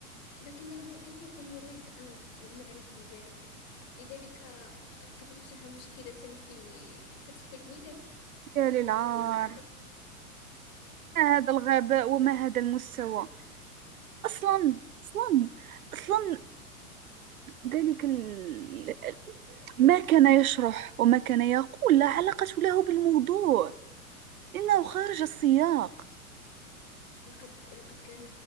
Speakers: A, on the left; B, on the right.
A: ولكنه لم يكن يريد أن نعرف بذلك لذلك لقد واجه مشكلة في في فتح الملف
B: يا للعار
A: لذلك
B: ما هذا الغباء وما هذا المستوى أصلا أصلا أصلا ذلك ال... ما كان يشرح وما كان يقول لا علاقة له بالموضوع إنه خارج السياق
A: لقد لقد كان